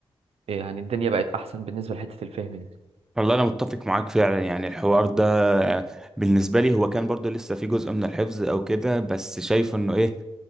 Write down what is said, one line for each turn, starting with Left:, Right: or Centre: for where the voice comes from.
Right: يعني الدنيا بقت احسن بالنسبة لحتة الفهم دي
Centre: والله انا متفق معاك فعلا يعني الحوار ده آه، بالنسبه لي هو كان برضو لسه في جزء من الحفظ او كده بس شايف انه ايه